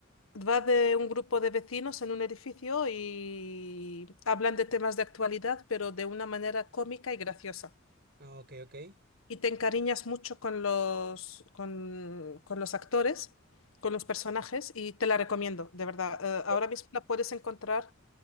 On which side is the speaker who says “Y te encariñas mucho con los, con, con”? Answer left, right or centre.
Left